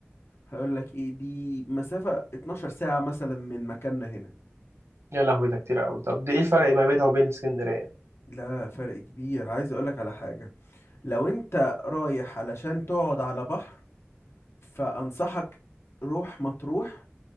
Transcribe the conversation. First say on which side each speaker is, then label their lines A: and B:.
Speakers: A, on the left; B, on the right.
A: هقول لك ايه دي مسافة 12 ساعة مثلا من مكاننا هنا
B: يا لهوي ده كتير قوي طب دي ايه الفرق ما بينها وبين اسكندريه
A: لا فرق كبير عايز اقول لك على حاجة لو انت رايح علشان تقعد على بحر فانصحك روح مطروح